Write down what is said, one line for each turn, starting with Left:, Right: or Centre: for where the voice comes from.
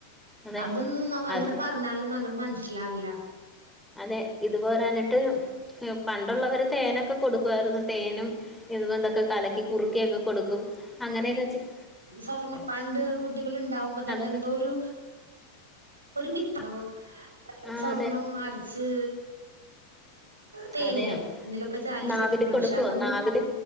Centre: അതെ
Right: അതൊന്നുംമവങ്ങനെ
Centre: അത്
Right: പറഞ്ഞാലൊന്നും അങ്ങട് മനസ്സിലാവില്ല
Centre: അതെ ഇത് പോരാന്ട്ട് എഹ് പണ്ടൊള്ളവര് തേനൊക്കെ കൊടുക്കുവാരുന്നു തേനും ഇതപോന്തൊക്കെ കലക്കി കുറുക്കിയെക്കെ കൊടുക്കും അങ്ങനെയൊക്കെ ചെയ്
Right: സ്വർണ് പണ്ട് കുട്ടികളുണ്ടാവുമ്പോ തന്നെ
Centre: അതൊക്കെ
Right: എന്തോരു ഒര് മിത്രോ
Centre: ആഹ്
Right: സ്വർണം
Centre: അതെ
Right: അരച്ച് തേനിലോ
Centre: അതെ
Right: എന്തിലൊക്കെ ചാലിച്ചൊക്കെ
Centre: നാവില്
Right: കൊടു
Centre: കൊടുക്ക്വൊ
Right: പക്ഷെ അതൊന്നും
Centre: നാവില്